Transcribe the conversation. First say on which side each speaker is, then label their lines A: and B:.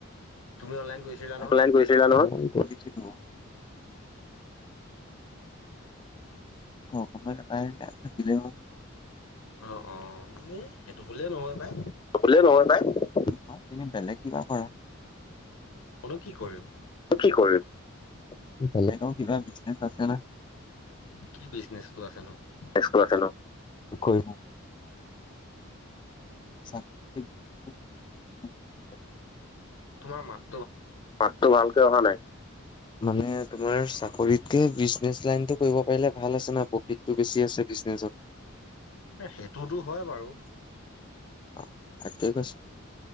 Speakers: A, on the left; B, on the left.
A: তুমি অনলাইন কৰিছিলা নহয়
B: অনলাইন কৰিছিলা নহয় কৰিছিলো <inaudible>
A: অ অ এই ইেইটো বুলিয়েই নহয় পাই
B: <unintelligible> তুমি বেলেগ কিবা কৰা
A: মনো কি কৰিম
B: <unintelligible>
A: কি বিজনেচটো আছেনো
B: <unintelligible>
A: তোমাৰ মাত
B: মাতটো ভালকে অহা নাই মানে তোমাৰ চাকৰিতকে বিজনেচ লাইনতটো কৰিব পাৰিলে ভাল আছে না প্ৰফিটটো বেছি আছে বিজনেছত
A: সেইটোতো হয় বাৰু
B: অ এট কছ